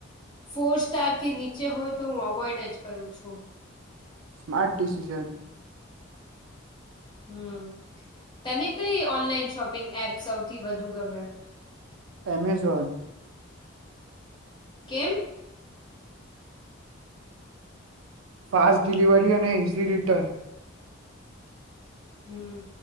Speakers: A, on the left; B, on the right.
A: ફોર સ્ટાર થી નીચે હોય તો હું અવોઈડ જ કરું છું.
B: સ્માાર્ટ ડિસિશન
A: હમ તને કઇ ઓનલાઈન શોપિંગ એપ સૌથી વધુ ગમે
B: એમેઝોન
A: કેમ
B: ફાસ્ટ ડિલિવરી અને ઇઝી રિટર્ન
A: હમ